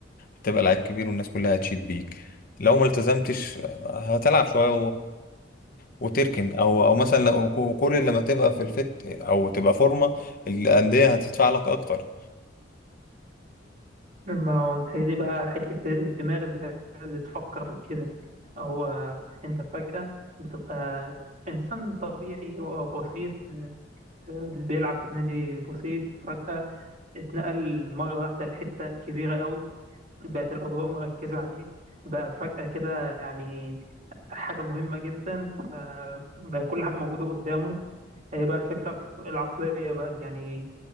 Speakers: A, on the left; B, on the right.
A: هتبقى لعيب كبير والناس كلها هتشيد بيك لو ما التزمتش آه، هتلعب شويه وتركن او او مثلا لو كو- كل لما تبقى في الفت او تبقى فورمه الانديه هتدفع لك اكتر
B: ما هو هي دي بقى حتة الدماغ اللي, هي- اللي تفكر في كده هو أنت فجأة بتبقى إنسان طبيعي وبسيط آه، اللي بيلعب في نادي بسيط فجأة اتنقل مرة واحدة لحتة كبيرة قوي بقت الأضواء مركزة عليه بقى فجأة كده يعني حاجة مهمة جدا فبقى كل حاجة موجودة قدامه هي بقى الفكرة في العقلية بقى يعني